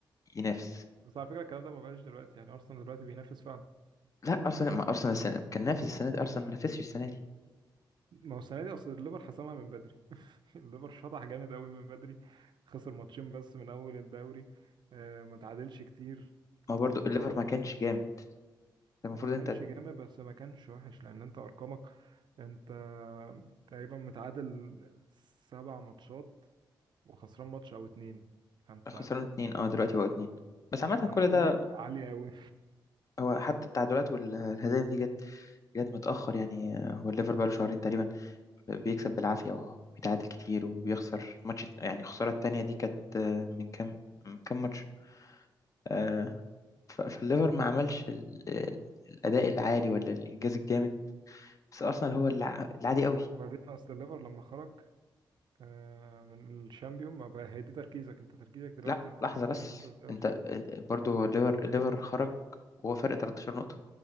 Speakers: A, on the left; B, on the right.
A: ينافس
B: بس على فكره الكلام ده ما بقاش دلوقتي يعني ارسنال دلوقتي بينافس فعلا
A: لا ارسنال ما ارسنال السنة كان نافس السنه دي ارسنال ما نافسش السنه دي
B: ما هو السنه دي اصل الليفر حسمها من بدري الليفر شطح جامد قوي من بدري خسر ماتشين بس من اول الدوري آه، ما تعادلش كتير
A: ما برضو
B: الليفر
A: الليفر ما كانش جامد المفروض
B: ما كانش
A: انت
B: جامد بس ما كانش وحش لان انت ارقامك انت تقريبا متعادل سبع ماتشات وخسران ماتش او اتنين فانت
A: خسران اتنين اه دلوقتي بقوا اتنين بس عامة
B: ارقامك
A: كل ده
B: عالية قوي
A: هو حتى التعادلات والهزايم دي جت جت متأخر يعني آه، هو الليفر بقاله شهرين تقريبا ب- بيكسب بالعافية وبيتعادل كتير وبيخسر ماتش يعني الخسارة التانية دي كانت آه، من كام من كام ماتش آه، ف- فالليفر ما عملش ال- آه، الأداء العالي ولا الإنجاز الجامد بس أرسنال هو الع- العادي قوي
B: بعدين اصل الليفر لما خرج آه، من الشامبيون ما بقى هي دي تركيزك انت تركيزك دلوقتي
A: لا
B: انت
A: لحظة
B: محتاج
A: بس
B: تاخد الدوري
A: أنت أنت- برضو هو الليفر الليفر خرج وهو فرق 13 نقطة